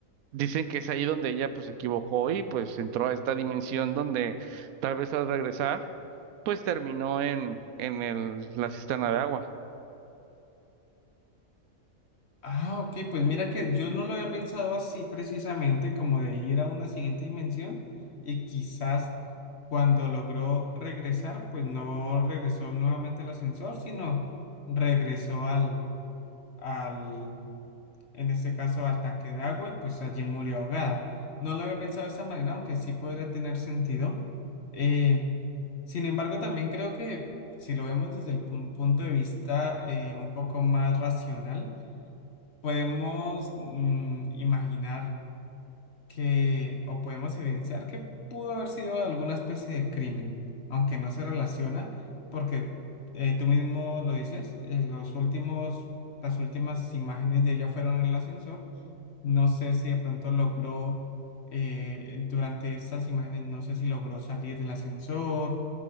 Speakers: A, on the right; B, on the left.
A: dicen que es ahí donde ella pues se equivocó y pues entró a esta dimensión donde tal vez al regresar pues terminó en, en el, la cisterna de agua.
B: Ah, ok, pues mira que yo no lo había pensado así precisamente, como de ir a una siguiente dimensión y quizás cuando logró regresar, pues no regresó nuevamente al ascensor, sino regresó al, al, en este caso, al tanque de agua y pues allí murió ahogada. No lo había pensado de esa manera, aunque sí podría tener sentido. Eh, sin embargo, también creo que si lo vemos desde el pu- punto de vista eh, un poco más racional, podemos mm, imaginar que, o podemos evidenciar que pudo haber sido alguna especie de crimen, aunque no se relaciona, porque eh, tú mismo lo dices, eh, los últimos, las últimas imágenes de ella fueron en el ascensor. No sé si de pronto logró, eh, durante estas imágenes, no sé si logró salir del ascensor